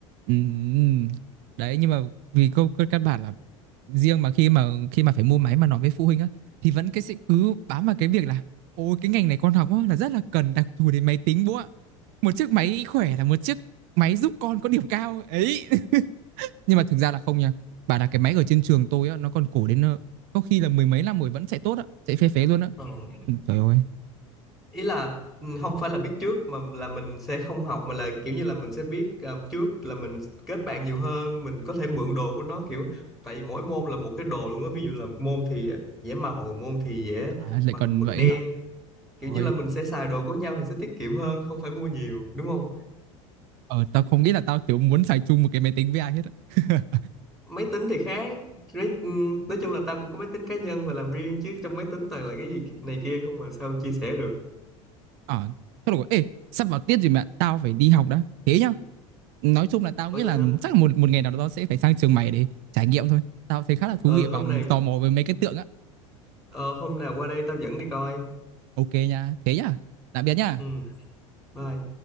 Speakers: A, on the right (about 60°); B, in the centre.
A: ừm, đấy nhưng mà vì câu cơ căn bản là riêng mà khi mà khi mà phải mua máy mà nói với phụ huynh á thì vẫn cái sẽ cứ bám vào cái việc là Ôi cái ngành này con học á, là rất là cần đặc thù đến máy tính bố ạ. Một chiếc máy khỏe là một chiếc máy giúp con có điểm cao ấy. <laughs> Nhưng mà thực ra là không nha. Bảo là cái máy ở trên trường tôi á, nó còn cổ đến ờ, có khi là mười mấy năm rồi vẫn chạy tốt á, chạy phê phế luôn á.
B: ừ
A: Ừ, Trời ơi,
B: ý là ừ, không phải là biết trước mà là mình sẽ không học mà là kiểu như là mình sẽ biết ờ, trước là mình kết bạn nhiều hơn mình có thể mượn đồ của nó kiểu tại vì mỗi môn là một cái đồ luôn á ví dụ là môn thì vẽ màu môn thì vẽ
A: à, lại
B: bằng
A: còn
B: mực
A: vậy
B: đen
A: hả?
B: kiểu
A: Trời
B: như
A: ơi.
B: là mình sẽ xài đồ của nhau thì sẽ tiết kiệm hơn không phải mua nhiều đúng không
A: Ờ, tao không nghĩ là tao kiểu muốn xài chung một cái máy tính với ai hết á. <laughs>
B: máy tính thì khác Nói ừm, nói chung là tao cũng có máy tính cá nhân và làm riêng chứ trong máy tính toàn là cái gì này kia không mà sao chia sẻ được
A: ờ thôi được rồi ê sắp vào tiết rồi mẹ, tao phải đi học đã thế nhá nói chung là tao
B: Ủa
A: nghĩ là
B: vậy hả?
A: chắc là một một ngày nào đó tao sẽ phải sang trường mày để trải nghiệm thôi tao thấy khá là thú
B: Ờ
A: vị và
B: hôm này
A: tò mò về mấy cái tượng á
B: ờ, hôm nào qua đây tao dẫn đi coi.
A: <laughs> ok nha thế nhá tạm biệt nhá
B: Ừ, bye.